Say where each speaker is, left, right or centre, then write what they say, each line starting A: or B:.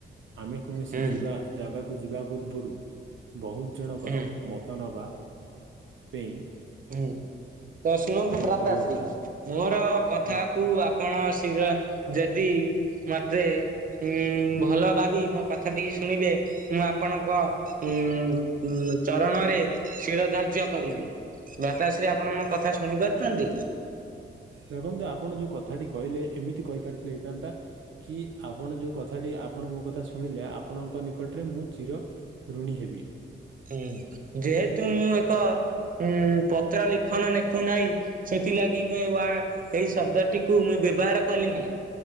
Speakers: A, on the right; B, on the right.
A: ଆମେ କୌଣସି
B: ହୁଁ
A: ଯିବା ଜାଗାକୁ ଯିବା ପୂର୍ବରୁ ବହୁତ ଜଣଙ୍କର
B: ହୁଁ
A: ମତ ନବା ପେଇଁ
B: ହୁଁ ତ ଶୁଣନ୍ତୁ ଭ୍ରାତାଶ୍ରୀ
A: କରିବାଟା
B: ମୋର କଥାକୁୁ
A: ହଁ
B: ଆ ଆପଣ ଶିର ଯଦି ମତେ ଉୁଁ ଭଲ ଭାବି ମୋ କଥା ଟିକ ଶୁଣିବେ ମୁଁ ଆପଣଙ୍କ ଉଁ ଉ ଚରଣରେ ଶିର ଧାର୍ଯ୍ୟ କରିବି ଭ୍ରାତାଶ୍ରୀ ଆପଣ ମୋ କଥା ଶୁଣି ପାରୁଛନ୍ତି?
A: ଦେଖନ୍ତୁ ଆପଣ ଯୋଉ କ ଥାଟି କହିଲେ ଏମିତି କହିପାରିଥିଲେ ହେଇଥାନ୍ତା। କି ଆପଣ ଯେଉଁ କଥାଟି ଆପଣ ମୋ କଥା ଶୁଣିଲେ ଆପଣଙ୍କ ନିକଟରେ ମୁଁ ଚିର ଋଣୀ ହେବି।
B: ହୁଁ ଯେହେତୁ ମୁଁ ଏକ ଉଁ ପତ୍ର ଲିଖନ ଲେଖୁନାହିଁ ସେଥିଲାଗି ମୁଁ ଏଇ ୱା ଏଇ ଶବ୍ଦ ଟିକୁ ମୁଇଁ ବ୍ୟବହାର କଲିନି।